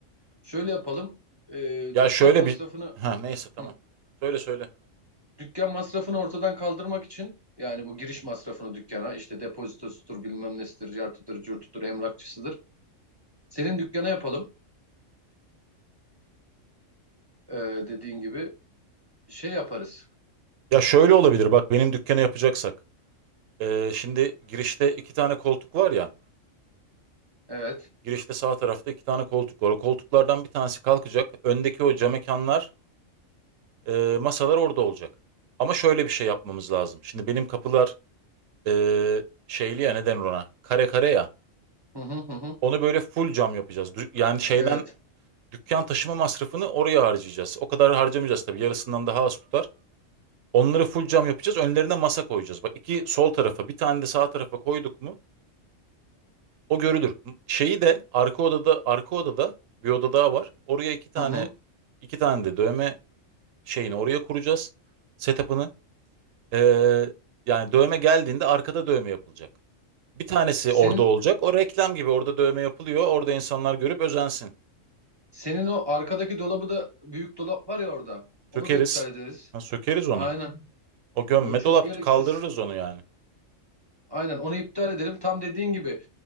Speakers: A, on the right; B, on the right.
A: Şöyle yapalım. E,
B: Ya
A: dükkan
B: şöyle
A: masrafını...
B: bir ha neyse tamam.
A: Hı.
B: Söyle söyle.
A: dükkan masrafını ortadan kaldırmak için yani bu giriş masrafını dükkana işte depozitosudur bilmem nesidir cartıdır curtudur emlakçısıdır. Senin dükkana yapalım Ee, dediğin gibi şey yaparız.
B: Ya şöyle olabilir bak benim dükkanı yapacaksak. E, şimdi girişte iki tane koltuk var ya.
A: Evet.
B: Girişte sağ tarafta iki tane koltuk var. O koltuklardan bir tanesi kalkacak. Öndeki o cam mekanlar, e, masalar orada olacak. Ama şöyle bir şey yapmamız lazım. Şimdi benim kapılar e, şeyli ya neden ona? Kare kare ya.
A: Hı hı hı hı.
B: Onu böyle full cam yapacağız. Dü- yani şeyden
A: Evet.
B: dükkan taşıma masrafını oraya harcayacağız. O kadar harcamayacağız tabii. Yarısından daha az tutar. Onları full cam yapacağız. Önlerine masa koyacağız. Bak iki sol tarafa, bir tane de sağ tarafa koyduk mu o görülür. M- Şeyi de arka odada arka odada bir oda daha var. Oraya iki tane
A: Hı hı.
B: iki tane de dövme şeyini oraya kuracağız. Setup'ını. Ee, yani dövme geldiğinde arkada dövme yapılacak. Bir tanesi
A: Senin
B: orada olacak. O reklam gibi orada dövme yapılıyor. Orada insanlar görüp özensin.
A: senin o arkadaki dolabı da büyük dolap var ya orada. Onu
B: Sökeriz.
A: da iptal ederiz.
B: Ha, sökeriz onu.
A: Aynen.
B: O gömme
A: O çok
B: dolap
A: gereksiz.
B: kaldırırız onu yani.
A: Aynen onu iptal edelim. Tam dediğin gibi